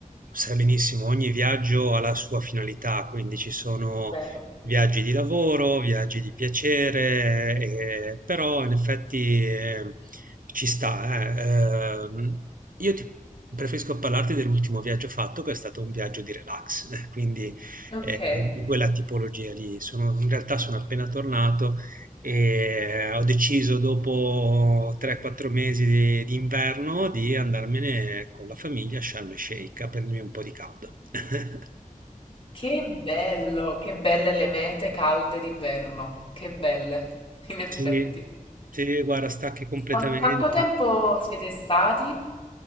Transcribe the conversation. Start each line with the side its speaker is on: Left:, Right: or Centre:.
Right: sai benissimo, ogni viaggio ha la sua finalità, quindi ci sono
Left: Vero.
Right: viaggi di lavoro, viaggi di piacere, eh, però in effetti eh, ci sta. eh. Ehm, io ti preferisco parlarti dell'ultimo viaggio fatto, che è stato un viaggio di relax, <laughs> quindi
Left: Ok.
Right: eh, di quella tipologia lì. Sono- in realtà sono appena tornato e ho deciso dopo 3-4 mesi di, di inverno di andarmene con la famiglia a Sharm el Sheikh a prendermi un po' di caldo. <laughs>
Left: Che bello, che belle le mete calde d'inverno. Che belle, in effetti.
Right: Sì, sì, guarda, stacchi completamente.
Left: Qua- quanto tempo siete stati?